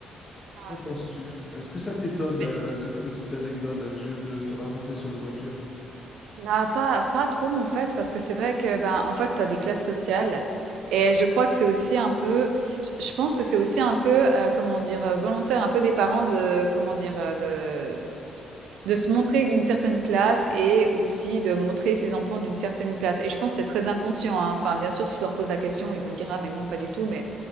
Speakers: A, on the right (about 80°); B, on the left (about 25°).
A: ouais.
B: Qu'en penses-tu? Est-ce que ça t'étonne,
A: Mais
B: euh, cette petite anecdote là, que je viens de te, te raconter sur les voitures?
A: bah, pas pas trop, en fait, parce que c'est vrai que, ben, en fait, tu as des classes sociales et je crois que c'est aussi un peu je je pense que c'est aussi un peu, heu, comment dire? Heu, volontaire un peu des parents de comment dire? Heu, de De se montrer d'une certaine classe et aussi de montrer ses enfants d'une certaine classe. Et je pense que c'est très inconscient, hein. Enfin, bien sûr, si je leur pose la question, ils vont dire, ah, mais non, pas du tout, mais